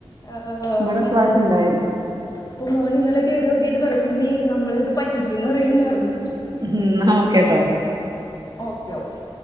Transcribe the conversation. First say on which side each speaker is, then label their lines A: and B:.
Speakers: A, on the left; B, on the right.
A: ആഹ്
B: ഇവിടെ ഇപ്രാവശ്യം
A: അത്
B: ഉണ്ടായി
A: അപ്പൊ മോന് ഇന്നലെ കയറി നോക്കിട്ട് പറയാ മമ്മി നമ്മളെ ഇത് പറ്റിച്ചന്ന് പറയണ്ടായിരുന്നു.
B: ഉം എന്നാ ഓക്കേട്ടോ.
A: Okay okay.